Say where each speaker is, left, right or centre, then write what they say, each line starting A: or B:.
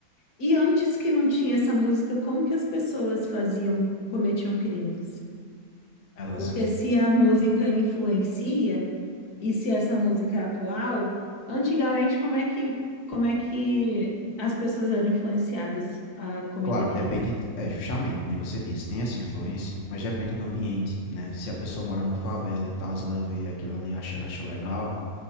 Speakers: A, on the left; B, on the left.
A: E antes que não tinha essa música, como que as pessoas faziam, cometiam crimes?
B: Elas,
A: Porque se a música influencia. E se essa música é atual, antigamente como é que como é que as pessoas eram influenciadas a cometer
B: claro,
A: crime?
B: depende, de- é justamente, nem você disse, tem essa influência, mas depende do ambiente, né? Se a pessoa mora na favela e tal, ela vê aquilo ali, acha, acha legal,